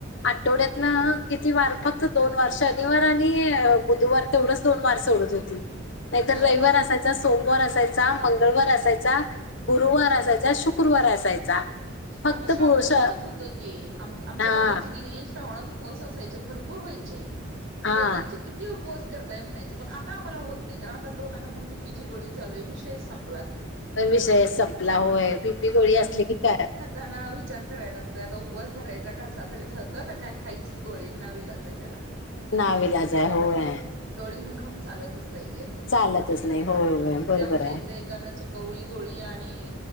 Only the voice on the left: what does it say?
आठवड्यात किती वार फक्त दोन वार शनिवार आणि बुधवार तेवढंच दोन वार सोडत होती नाही
रविवार असा सोमवार असायचा, मंगळवार असायचा, गुरुवार असायचा, शुक्रवार असायचा. फक्त
पुरुष
हा
हा
पण विषय संपला होय बीपी गोळी असली की काय
नावीलाजय होय.
चालतच नाही होय होय
बरोबर
आहे.